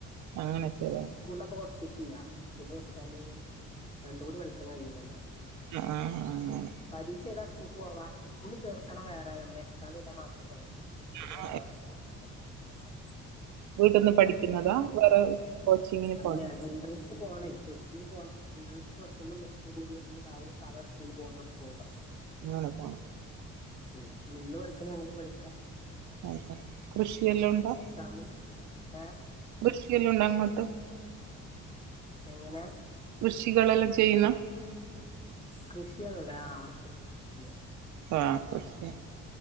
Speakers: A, on the right; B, on the left.
A: അങ്ങനെ ചെയ്ത
B: ആഹ് സ്കൂള് അപ്പൊ കൊടുത്തിട്ടില്ല സ്കൂള് കൊടുത്താല് രണ്ടും കൂടി പഠിക്കാൻ കഴിയൂല്ലല്ലോ
A: അഹ് ആഹ് ആഹ് അങ്ങനെ
B: പരീക്ഷ എയ്താൻ സ്കൂക്ക് പോവാ സ്കൂൽ ചേർക്കണം വേറെ നമ്മള് എക്സാം എഴുതാൻ മാത്രം പോയാമതി ഇബല്
A: ആ,
B: ഇവടെ പഠിപ്പിക്കും പ്ലസ് വണ്ണും പ്ലസ്റ്റും ഒക്കെ
A: വീട്ട്ന്ന് പഠിക്കുന്നതാ വേറെ കോച്ചിങ്ങിന്
B: അല്ല
A: പോണ്ടേ
B: എൻട്രൻസിന് പോണേയ് കോച്ചിങ്ങിന് പോണം എൻട്രൻസ് പ്ലസ് വണ്ണും പ്ലസ്ടും കൂടി എന്നും രാവിലെ സാധാ സ്കൂള് പോണ പോലെ പോവാ
A: ഇങ്ങനെ പോണം
B: ഉം നിന്ന് പഠിക്കണേ അങ്ങനിം പഠിക്കാ
A: അഹ് ആഹ് കൃഷിയെല്ലാം ഉണ്ടാ
B: താമിന് ഏഹ്
A: കൃഷി എല്ലാം ഉണ്ടോ അങ്ങോട്ട്
B: എങ്ങനെ
A: കൃഷികളെല്ലാം ചെയ്യുന്നോ
B: കൃഷിഎവിടെ ആഹ് ഓളെ ഇപ്പച്ചി കൃഷിയ്യാ
A: ആഹ് കൃഷിയാണ്